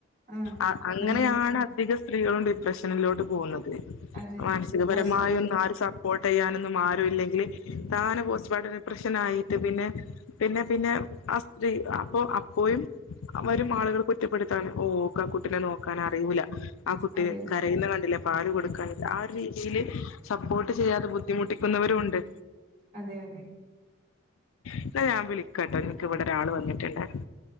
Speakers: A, on the right; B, on the left.
A: ആ
B: അ അങ്ങനെയാണ്
A: നമ്മള്
B: അധിക സ്ത്രീകളും ഡിപ്രഷനിലോട്ട് പോകുന്നത്
A: അതെ
B: മാനസികപരമായൊന്ന്
A: പോസ്റ്റ് പാർട്ടം
B: ആരും സ പ്പോട്ട് ചെയ്യാനൊന്നും ആരുും ഇല്ലെങ്കില് താനെ പോസ്റ്റ്മോർട്ടം ഡിപ്രഷനായിട്ട് പിന്നെ പിന്നെ പിന്നെ ആ സ്ത്രീ അപ്പൊ പോയും വരും ആളുകൾ കുറ്റപ്പെടുത്താണ് ഓ ഓക്ക കുട്ടിനെ നോക്കാൻ അറിയൂല ആ കുട്ടി
A: അതന്നെ
B: കരയന്ന് കണ്ടില്ലേ പാല് കൊടുക്കാഞ്ഞിട്ട ആ ഒരു രീതിയില് സപ്പോർട്ട് ചെയ്യാതെ ബുദ്ധിമുട്ടിക്കുന്നവരും ഉണ്ട്
A: അതെ അതെ
B: ന്നാ ഞാൻ വിളിക്കാംട്ടോ ഇൻക്ക് ഇവിടെ ഒരാള് വന്നിട്ട് ണ്ട്